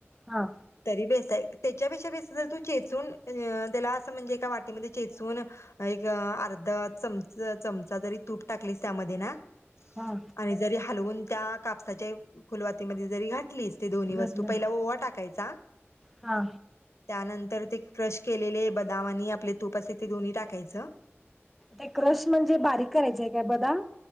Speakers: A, in the centre; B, on the left (about 75°).
A: हा
B: तरी बेसाय तेच्यापेक्षा बेस जर तू चेचून द तेला असं म्हणजे एका वाटीमदे चेचून एक अं अर्ध चमच चमचा जरी तूप टाकलीस त्यामदे ना-
A: हा
B: आणि जरी हालवून त्या कापसाचे फुलवातीमदे जरी घाटलीस ते दूनी
A: घातलं
B: वस्तू पइला ओवा टाकायचा
A: हा....
B: त्यानंतर ते क्रश केलेले बदाम अनी आपले तूप असतय ते दोनी टाकायचं
A: ते क्रश म्हणजे बारीक करायचाय काय बदाम